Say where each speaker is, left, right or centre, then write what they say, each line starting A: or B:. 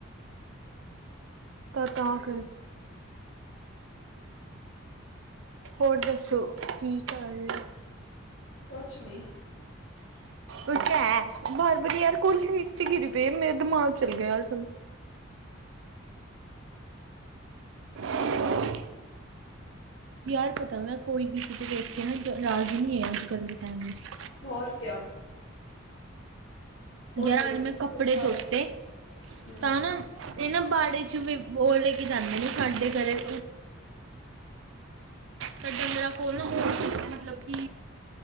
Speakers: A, on the right; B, on the left.
A: ਤਾਂ ਤਾਂ ਕੇ ਹੋਰ ਦੱਸੋ, ਕੀ ਕਰ ਰਹੇ?
B: ਕੋਛ ਨੀ।
A: ਉਹ ਕਹਿ ਬਾਰ ਵਾਰੀ ਯਾਰ ਕੋਲੀ ਨੀਚੇ ਗਿਰੀ ਪਏ, ਮੇਰੇ ਦਿਮਾਗ ਚੱਲ ਗਿਆ ਯਾਰ ਸੁ <inaudible> ਯਾਰ ਪਤਾ ਵੈਂ, ਕੋਈ ਵੀਤੇ ਵੇਖ ਕੇ ਨਾ ਰਾਜੀ ਨਹੀਂ ਐ, ਅੱਜ ਕੱਲ੍ਹ ਦੇ ਟਾਈਮ ਵਿੱਚ।
B: ਹੋਰ ਕਯਾ।
A: ਯਾਰ
B: ਨੀ ਵੇਖੀ
A: ਅੱਜ ਮੈਂ
B: ਕਿਸੇ
A: ਕੱਪੜੇ
B: ਨੂੰ ਸਾਰਦਾ
A: ਧੋਤੇ,
B: ਹੂੰ
A: ਤਾਂ ਨਾ ਇਹ ਨਾ ਬਾੜੇ ਚ ਵੀ ਉਹ ਲੈ ਕੇ ਜਾਂਦੇ ਨੇ ਸਾਡੇ ਘੱਰੇ <unintelligible> ਤਾਂ ਡੰਗਰਾਂ ਕੋਲ ਨਾ ਉਹ ਹੈ ਮਤਲਬ ਕਿ